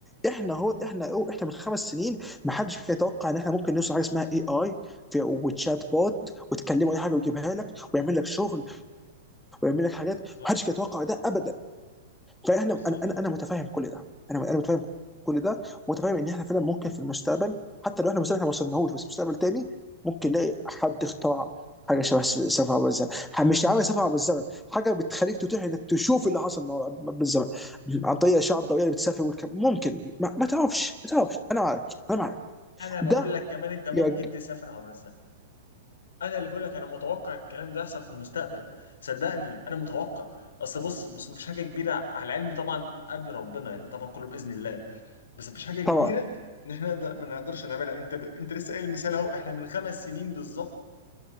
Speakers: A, in the centre; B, on the left (about 80°).
A: احنا هو احنا أو احنا من خمس سنين ما حدش كان يتوقع ان احنا ممكن نوصل حاجه اسمها اي اي وتشات بوت وتكلمه اي حاجه ويجيبها لك ويعمل لك شغل ويعمل لك حاجات
B: بالظبط
A: ما حدش كان يتوقع ده ابدا فاحنا
B: بالظبط
A: انا انا أنا متفاهم كل ده انا انا متفاهم كل ده ومتفاهم ان احنا فعلا ممكن في المستقبل حتى لو احنا المستقبل احنا ما وصلناهوش بس في مستقبل تاني ممكن نلاقي حد اخترع حاجه شبه س- سفر عبر الزمن ح- مش عامل سفر عبر الزمن حاجه بتخليك تتيح انك تشوف اللي حصل مع- بالزمن عن طريق الاشعه الضوئيه اللي بتسافر والكلام ممكن ما, ما تعرفش ما تعرفش انا معاك انا معاك
B: أنا بقول
A: ده
B: لك كمان أنت ممكن
A: يرج...
B: تسافر عبر الزمن أنا اللي بقول لك أنا متوقع الكلام ده يحصل في المستقبل صدقني أنا متوقع أصل بص بص مفيش حاجة كبيرة على العلم طبعا قبل ربنا يعني طبعا كله بإذن الله بس مفيش حاجه كبيره
A: طبعا
B: ان احنا نقدر ما نقدرش نعملها انت ب... انت لسه قايل مثال اهو احنا من خمس سنين بالظبط